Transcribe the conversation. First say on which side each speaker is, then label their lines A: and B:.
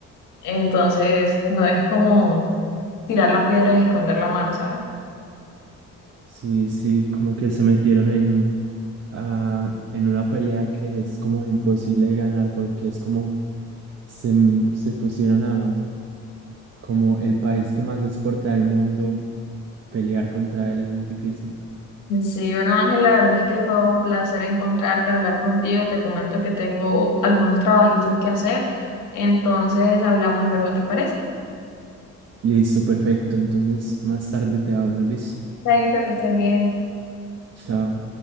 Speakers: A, on the left (about 85°); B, on the right (about 55°).
A: Entonces, no es como tirar la piedra y esconder la mano, ¿sabes?
B: Sí, sí, como que se metieron en, ah, en una pelea que es como imposible de ganar porque es como se, m- se pusieron a como el país que más exporta del mundo, pelear contra él es muy difícil.
A: Sí, bueno, Ángel, la verdad es que fue un placer encontrarte, hablar contigo. Te comento que tengo algunos trabajitos que hacer, entonces hablamos luego, ¿te parece?
B: Listo, perfecto. Entonces, más tarde te hablo, listo.
A: Chaito, que estés bien.
B: Chao.